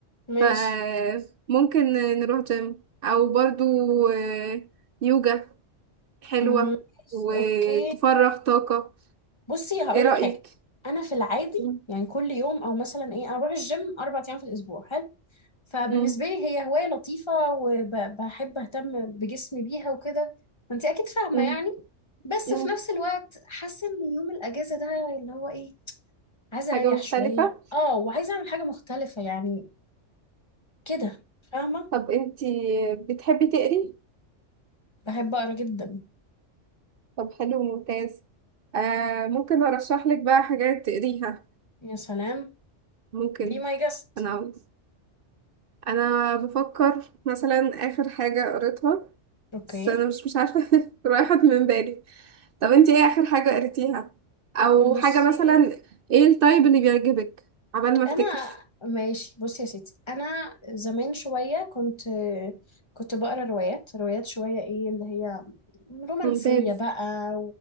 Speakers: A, on the left; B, on the right.
A: ماشي
B: فممكن نروح جيم أو برضو آه، يوجا حلوة
A: مم، ماشي
B: وتفرغ
A: اوكي
B: طاقة
A: بصي هقولك
B: إيه رأيك؟
A: حاجه انا في العادي
B: مم.
A: يعني كل يوم او مثلا ايه انا بروح الجيم اربع ايام في الاسبوع حلو فبالنسبة
B: مم.
A: لي هي هواية لطيفة وبحب أهتم بجسمي بيها وكده انت أكيد فاهمة
B: مم.
A: يعني بس
B: مم.
A: في نفس الوقت حاسة إن يوم الأجازة ده اللي هو إيه عايزة
B: حاجة
A: أريح
B: مختلفة؟
A: شوية آه وعايزة أعمل حاجة مختلفة يعني كده فاهمة
B: طب انتي بتحبي تقري؟
A: بحب أقرأ جدا
B: طب حلو ممتاز آه ممكن ارشح لك بقى حاجات تقريها
A: يا سلام
B: ممكن
A: be my guest
B: انا انا بفكر مثلا اخر حاجة قريتها
A: أوكي
B: بس انا مش مش عارفة <laughs> راحت من بالي طب انتي ايه اخر حاجة قريتيها او
A: بصي
B: حاجة مثلا ايه التايب اللي بيعجبك عبال ما افتكر
A: انا ماشي بصي يا ستي انا زمان شويه كنت كنت بقرا روايات روايات شويه ايه اللي هي رومانسيه
B: ممتاز
A: بقى